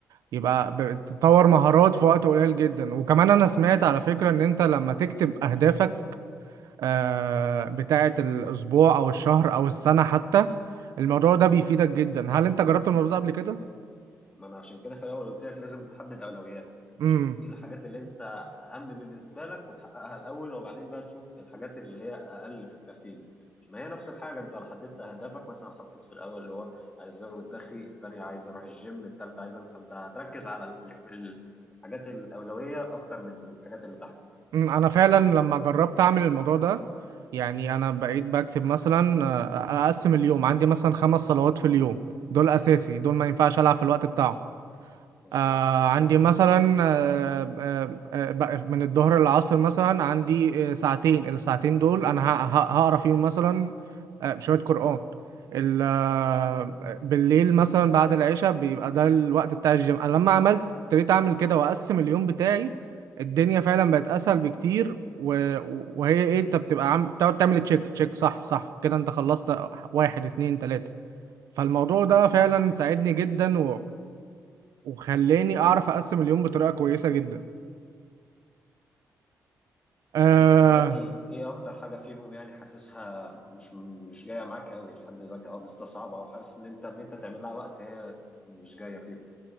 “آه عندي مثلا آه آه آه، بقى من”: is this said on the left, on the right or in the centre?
Right